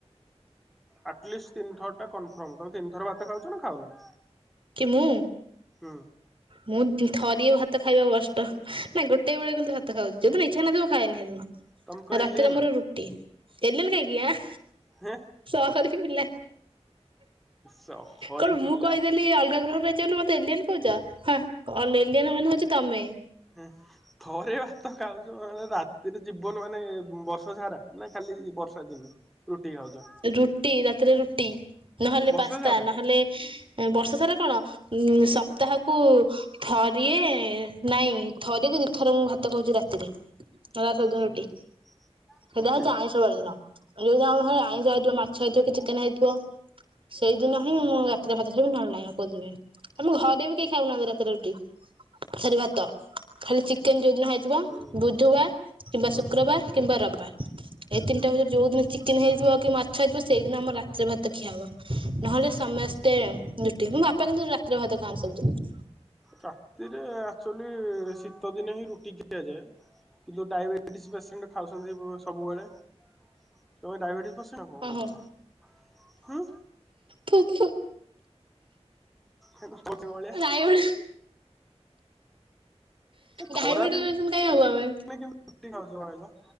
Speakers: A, in the centre; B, on the right.
A: ଆଟଲିଷ୍ଟ ତିନି ଥର ଟା କନଫର୍ମ ତମେ ତିନିଥର ଭାତ ଖାଉଛ ନା ଖାଉନ?
B: କି ମୁୁଁ?
A: ହଁ।
B: ମୁଁ ଥରିଏ ଭାତ ଖାଇବାକୁ କଷ୍ଟ ନା ଗୋଟେ ବେଳେ କିନ୍ତୁ ଭାତ ଖାଉଛି ଯୋଉଦିନ ଇଚ୍ଛା ନଥିବ ଖାଏନି ସେଦିନ।
A: ତମେ କଣ
B: ରାତିରେ
A: ଏଲିଏନ
B: ମୋର ରୁଟି ଏଲେଲ କାଇକି ଆ।
A: ହେଁ
B: ସ କରିକି ପିଲା
A: ସହରୀ
B: କଣ
A: ପିଲା
B: ମୁଁ କହିଦେଲି ଅଲଗା ଘ୍ <inaudible> ମତେ ଏଲିଏନ କହୁଛ ହଁ ଏଲିଏନ ମାନେ ହଉଛ ତମେ।
A: ହଁ ଥରେ ଏ ଭାତ ଖାଉଛ ମାନେ ରା ସେଟ ଜୀବନ ମାନେ ବର୍ଷ ସାରା ନା ଖାଲି ବର୍ଷା ଦିନେ ରୁଟି ଖାଉଛ?
B: ରୁଟି ରାତିରେ ରୁଟି ନହେଲେ
A: ବର୍ଷା
B: ପାସ୍ତା
A: ଯାର
B: ନହେଲେ ବର୍ଷା ସାରା କଣ ଉ ସପ୍ତାହକୁ ଥରିଏ ନାଇଁ ଥରିଏ ଦି ଥର ମୁଁ ଭାତ ଖାଉଛି ରାତିରେ। <inaudible> ରୁଟି
A: ହୁଁ
B: ସେଟା
A: ରୁଟି
B: ହଉଛି ଆଇଁଷ ବାର ଦିନ ନହେଲେ ଆମ ଘରେ। ଆଇଁଷ ହେଇଥିବ ମାଛ ହେଇଥିବ କି ଚିକେନ ହେଇଥିବ ସେଇ ଦିନ ହିଁ
A: ହୁଁ
B: ମୁଁ ରା ରାତିରେ ଭାତ ଖାଇବୁ ନହେଲେ ନାଇ ଆଉ କୋଉଦିନ ନୁହେଁ ଆମେ ଘରେ ବି କେହି ଖାଉନାହାନ୍ତି ରାତିରେ ରୁଟି। ସରି ଭାତ ଖାଲି ଚିକେନ ଯୋଉଦିନ ହେଇଥିବ
A: ହୁଁ ହୁଁ
B: ବୁଧବାର କିମ୍ବା
A: ହୁଁ।
B: ଶୁକ୍ରବାର କିମ୍ବା ରବବାର୍ ଏଇ ତିନିଟା ଭିତରେ ଯୋଉ ଦିନ ଚିକେନ ହେଇଯାଇଥିବ କି ମାଛ ହେଇଥିବ ସେଇଦିନ ଆମର ରାତିରେ ଭାତ ଖିଆହବ ନହେଲେ ସମସ୍ତେ ମୋ ବାପା କିନ୍ତୁ ରାତିରେ ଭାତ ଖାଆନ୍ତି ସବୁଯାକ।
A: ରାତିରେ ଆକଚୁଆଲି ଶୀତ ଦିନ ହିଁ ରୁଟି ଖିଆଯାଏ। ଯୋଉ ଡାଇବେଟିସ ପେସେଣ୍ଟ ଖାଉଛନ୍ତି ସବୁବେଳେ ତମେ ଡାଇବେଟିସ୍ ହସିନା କଣ
B: ଓହୋ
A: କହୁଛ ହୁଁ।
B: ଖିଁ ଖିଁ।
A: ଗଲି ଭଳିଆ।
B: ଡାଇବେଟି
A: ଖରା
B: ଡାଇବେଟିସ
A: ଦିନେ
B: କାଇଁ ହବୁ ଆମେ
A: କେମତୀ? ରୁଟି ଖାଉଛ କହିଲ